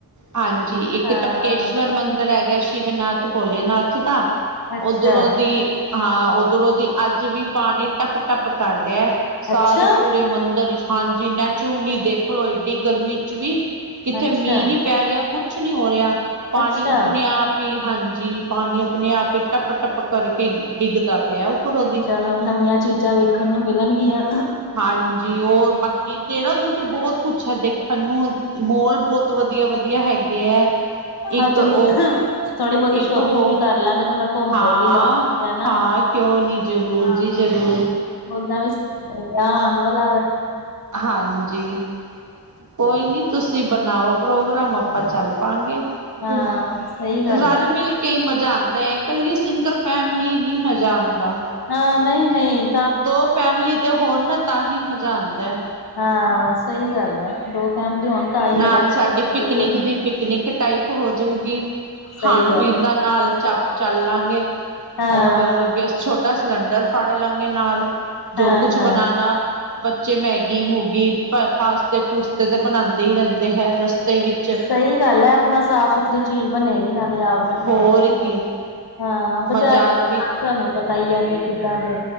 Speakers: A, on the right; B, on the left.
A: ਹਾਂਜੀ ਇੱਕ
B: ਹਾਂ
A: ਟਪਕੇਸ਼ਵਰ ਮੰਦਰ ਹੈਗਾ ਸ਼ਿਵਨਾਥ ਭੋਲੇਨਾਥ ਦਾ।
B: ਅੱਛਾ
A: ਓਧਰੋਂ ਦੀ, ਹਾਂ ਓੱਧਰੋਂ ਦੀ ਅੱਜ ਵੀ ਪਾਨੀ ਟੱਪ-ਟੱਪ ਕਰ ਰਿਆ। ਸਾਰੇ
B: ਅੱਛਾ
A: ਪੂਰੇ ਮੰਦਰ ਇਚ ਹਾਂਜੀ ਨਚੂਲੂਲੀ ਦੇਖਲੋ ਏਡੀ ਗਰਮੀ ਚ ਵੀ। ਕਿੱਥੇ
B: ਅੱਛਾ
A: ਮੀਂ ਨੀ ਪੈ ਰੇਆ ਕੁਛ ਨੀ ਹੋ ਰੇਆ, ਪਾਨੀ
B: ਅੱਛਾ
A: ਆਪਣੇ ਆਪ ਪੀ ਹਾਂਜੀ ਪਾਨੀ ਆਪਣੇ ਆਪ ਟੱਪ-ਟੱਪ ਕਰਕੇ ਡਿੱਗਦਾ ਪਿਆ ਓਪਰੋਂ ਦੀ।
B: ਹੈਨਾ ਨਵੀਆਂ ਚੀਜ਼ਾਂ ਵੇਖਣ ਨੂੰ ਮਿਲਣਗੀਆਂ।
A: ਹਾਂਜੀ ਔਰ ਬਾਕੀ ਦੇਰਾਦੂਨ ਤੇ ਬੋਹਤ ਕੁਛ ਐ ਦੇਖਣ ਨੂੰ ਮੋਲ ਬੋਤ ਤ ਵਧੀਆ-ਵਧੀਆ ਹੈਗੇ ਐ।
B: ਹਾਂ
A: ਇੱਕ
B: ਚਲੋ
A: ਓ,
B: ਥੋੜ੍ਹੀ ਬਹੁਤੀ
A: ਇੱਕ
B: ਸ਼ੋਪਿੰਗ
A: ਹੋ
B: ਵੀ ਕਰ ਲਾਂਗੇ ਥੋੜਾ ਘੁੰਮ
A: ਹਾਂ।
B: ਫਿਰ ਵੀ ਲੱਗੇ ਹਨਾ
A: ਹਾਂ ਕਿਓ ਨੀ ਜਰੂਰ
B: ਹਾਂ
A: ਜੀ ਜਰੂਰ।
B: ਓਦਾਂ ਵੀ <unintelligible> ਆਣ ਵਾਲਾ ਵੇ।
A: ਹਾਂਜੀ, ਕੋਈ ਨੀ ਤੁਸੀਂ ਬਣਾਓ ਪ੍ਰੋਗਰਾਮ ਆਪਾਂ ਚੱਲ ਪਾਗੇ
B: ਹਾਂ
A: ਕੁਮ
B: ਸਹੀ ਗੱਲ
A: ਰਲ-ਮਿਲ
B: ਹੈ
A: ਤੇਈ ਮਜ਼ਾ ਆਂਦਾ ਏ ਕੱਲੀ ਸਿੰਗਲ ਫੈਮਲੀ ਨੀ ਮਜ਼ਾ ਆਂਦਾ।
B: ਹਾਂ ਨਈਂ-ਨਈਂ
A: ਦੋ ਫੈਮਲੀ ਤੇ ਹੋਣ ਨਾ ਤਾਂ ਹੀ ਮਜ਼ਾ ਆਂਦਾ।
B: ਹਾਂ ਸਈ ਗੱਲ ਐ ਦੋ ਫੈਮਲੀ ਹੋਣ ਤਾਂ ਹੀ
A: ਨਾਲ਼
B: ਮਜ਼ਾ
A: ਸਾਡੀ
B: ਆਉਂਦਾ।
A: ਪਿੱਕਨਿੱਕ ਦੀ ਪਿੱਕਨਿੱਕ ਟਾਈਪ ਹੋਜੂਗੀ, ਖਾਣ-ਪੀਣ
B: ਸਹੀ ਗੱਲ
A: ਦਾ ਨਾਲ਼ ਚਪ, ਚੱਲਾਂਗੇ।
B: ਹਾਂ
A: ਔਰ ਛੋਟਾ ਸਿਲੰਡਰ ਫੜ ਲਾਂਗੇ ਨਾਲ਼, ਜੋ
B: ਹਾਂ
A: ਕੁਛ
B: ਹਾਂ
A: ਬਨਾਨਾ। ਬੱਚੇ ਮੈਗੀ-ਮੂਗੀ, ਪਾਸਤੇ-ਪੂਸਤੇ ਤੇ ਬਣਾਦੇ ਦੇ ਰੇਂਦੇ ਹੈ ਰਸਤੇ ਵਿੱਚ।
B: ਸਹੀ ਗੱਲ ਐ ਆਪਣਾ ਸਾਫ਼- ਸੁਥਰੀ ਚੀਜ਼ ਬਣੇਗੀ ਨਾਲ਼ੇ ਆਪ ਬਣਾਵਾਂਗੇ
A: ਹੋਰ
B: ਨਾਲ
A: ਕੀ
B: ਹਾਂ ਬਜ਼ਾਰ
A: ਮਜ਼ਾ ਵੀ
B: ਤੁਆਨੂੰ ਪਤਾ ਈ ਐ ਫਿਰ ਕਿੱਦਾਂ ਦੇ